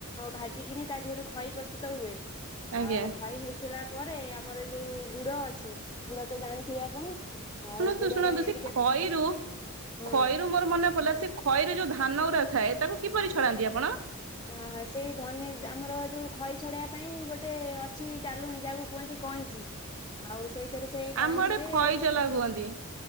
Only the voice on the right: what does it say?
ଆଜ୍ଞା
ଶୁଣନ୍ତୁ
ଶୁଣନ୍ତୁ ସେ
ଖଇ ରୁ
ଖଇରୁ ମୋର ମନେ ପଡିଲା ସେ ଖଇ ରେ ଯୋଉ ଧାନ ଗୁରାଥାଏ ତାକୁ କିପରି ଛଡାନ୍ତି ଆପଣ?
ଆମ
ଆଡେ ଖଇ ଚଲା କୁହନ୍ତି